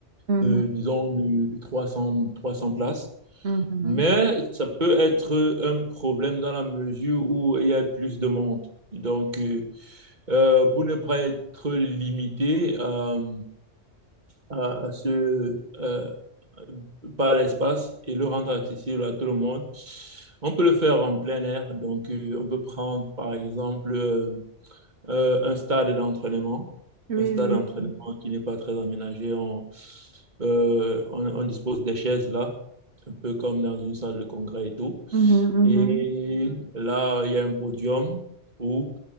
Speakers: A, on the right (about 65°); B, on the right (about 40°).
A: Mhm.
B: de, disons, de, de trois 300 places.
A: Mhm.
B: Mais ça peut être un problème dans la mesure où il y a plus de monde. Donc, euh, euh, pour ne pas être limité euh, à, à ce, euh, par l'espace et le rendre accessible à tout le monde. On peut le faire en plein air, donc euh, on peut prendre par exemple euh, euh, un stade d'entraînement,
A: Oui,
B: un stade
A: oui.
B: d'entraînement qui n'est pas très aménagé. On, euh, on, on dispose des chaises là, un peu comme dans une salle de congrès et tout.
A: Mhm,
B: Et
A: mhm.
B: là, il y a un podium où